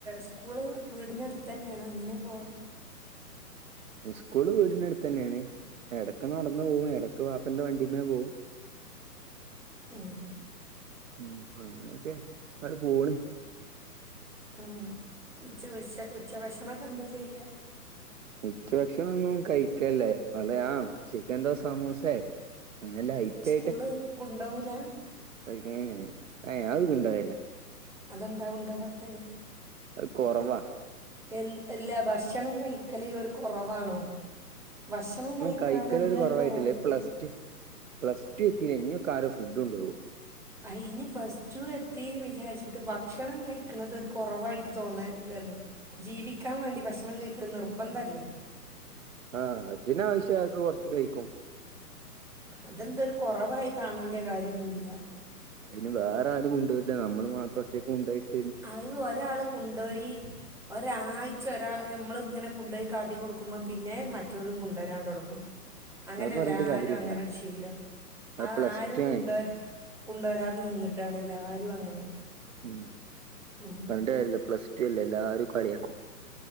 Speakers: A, in the centre; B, on the right.
A: സ്കൂള് വീട്ന്റെ അട്ത്തന്നേണാേ എങ്ങനെ പോ
B: ഉസ്കൂള് വീട്നട്ത്തെന്നേണ് ഇടയ്ക്ക് നടന്നു പോവും ഇടക് ക് പാപ്പന്റെ വണ്ടിമ്മേ പോവും
A: ഉം
B: മ് അങ്ങനെയൊക്കെ അട് പോണ്
A: ഉം ഉച്ച ഉച്ച ഉച്ചവശണൊക്കെ എന്താ ചെയ്യ
B: ഉച്ച ഭക്ഷണം ഒന്നും കഴിക്കല്ലേ പലയാ ചിക്കൻന്റെോ സമൂസേ അങ്ങനെ ലൈറ്റ്
A: സ്കൂള് കൊണ്ടോ വൂല
B: <unintelligible> ഹെ അഹ് കൊണ്ടോഏല്ല
A: ദന്താ കൊണ്ടോവാത്തെ
B: അഹ് കുറവാ
A: എ ഇൽ എല്ല ഭക്ഷണം കഴിക്കല് ഒരു കുറവാണോ ഭക്ഷണം കഴിക്കാൻ
B: കഴിക്കലൊരു
A: എന്താ
B: കൊറവായിട്ടല്ലേ
A: ഒരു കുറവ്
B: പ്ലസ് ടു പ്ലസ് ടു എത്തിലെ ഞൊക്കാരോ ഫുഡ് ണ്ടോവോ
A: അ ഇനി ഫസ്റ്റ് ടു എത്തിന്ന് വിചാരിച്ചിട്ട് ഭക്ഷണം കഴിക്കണത് ഒരു കുറവായിട്ട് തോന്നെല്ലല്ലോ ജീവിക്കാൻ വേണ്ടി ഭക്ഷണം കഴികൽ നിർബന്ധല്ലേ
B: ആ അതിനാവശ്യ ആക്കെ കൊറച്ച കഴിക്കും
A: അതെന്ത രു കുറവായി കാണേണ്ട കാര്യംന്നുല്ല
B: അയിന് വേറെ ആരും കൊണ്ടോര്ല നമ്മള് മാത്രം ഒറ്റക്കൊണ്ടോയിട്ട്
A: അത് ഒരാള് കൊണ്ടോയി ഒരാഴ്ച ഒരാൾ നമ്മൾ ഇങ്ങനെ കൊണ്ടിയി കാട്ടി കൊടുക്കുമ്പോ പിന്നെ മറ്റൊരും കൊണ്ടരാൻ തൊടങ്ങും അങ്ങനെയല്ല
B: അത് പറഞ്ഞിട്ട്
A: ആരും
B: കാര്യല്ല
A: അങ്ങനെ ശീലവും അത്
B: പ്ലസ്
A: ആരും
B: ടു
A: കൊണ്ടര്
B: ആണ്
A: കൊണ്ടോരാതെ നിന്നിട്ടാണല്ലോ ആര് ഇതു അങ്ങനെ
B: ഉം
A: ഉം
B: പർണ്ട് കാര്യല്യ പ്ലസ് റ്റു എല്ലെ എല്ലാരും കളിയാക്കും